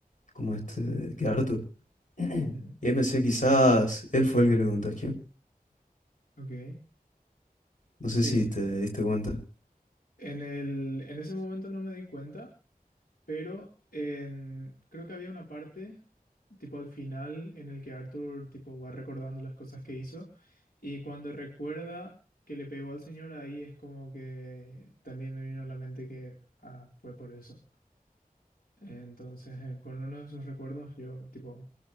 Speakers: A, on the left (about 55°); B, on the left (about 75°).
A: como este, que Arthur. <clears throat>
B: Ujú,
A: Y ahí pensé, quizás él fue el que le contagió.
B: Ok.
A: No
B: Sí.
A: sé si te diste cuenta.
B: En el, en ese momento no me di cuenta. Pero en- creo que había una parte, tipo al final, en el que Arthur tipo va recordando las cosas que hizo. Y cuando recuerda que le pegó al señor, ahí es como que también me vino a la mente que ah, fue por eso. Entonces, eh, con uno de sus recuerdos, yo tipo